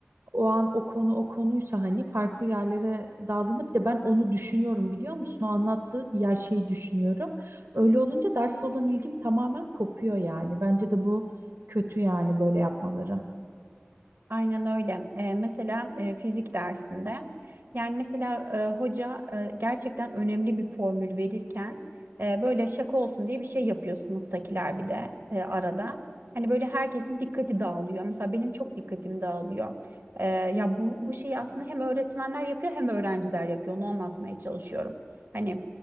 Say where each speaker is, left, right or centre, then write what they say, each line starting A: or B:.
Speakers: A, on the right (about 75°); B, on the right (about 55°).
A: o an o konu o konuysa hani farklı yerlere daldığında bir de ben onu düşünüyorum biliyor musun? O anlattığı diğer şeyi düşünüyorum. Öyle olunca dersle olan ilgim tamamen kopuyor yani. Bence de bu kötü yani böyle yapmaları.
B: Aynen öyle. Eee, mesela eee, fizik dersinde yani mesela eee, hoca eee, gerçekten önemli bir formül verirken eee, böyle şaka olsun diye bir şey yapıyor sınıftakiler bir de eee, arada. Hani böyle herkesin dikkati dağılıyor. Mesela benim çok dikkatim dağılıyor. Eee, ya bu, bu şeyi aslında hem öğretmenler yapıyor hem öğrenciler yapıyor. Onu anlatmaya çalışıyorum. Hani